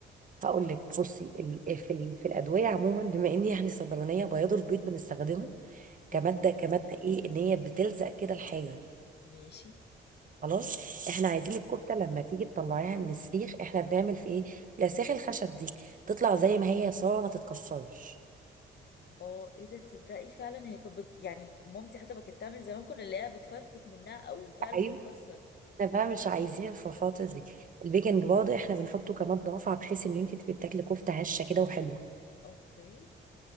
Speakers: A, on the right (about 40°); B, on the left (about 55°).
A: هقول لك بصي ال- في ال- في الادويه عموما بما اني يعني صيدلانيه بياض البيض بنستخدمه كماده
B: اوكي
A: كماده ايه ان هي بتلزق كده الحاجه
B: ماشي
A: خلاص احنا عايزين الكفته لما تيجي تطلعيها من السيخ احنا بنعمل في ايه الاسياخ الخشب دي تطلع
B: صح
A: زي ما هي صورة ما تتكسرش
B: اه ايه ده تصدقي فعلا هي كانت بت... يعني مامتي حتى ما كانت تعمل زمان كنا نلاقيها بتفرفت منها او فعلا
A: ايوه
B: تكسر
A: احنا بقى مش عايزين الفرفاطه دي البيكنج باودر احنا بنحطه كمادة رافعة بحيث ان انت تبقي بتاكلي كفته هشه كده وحلوه
B: اوكي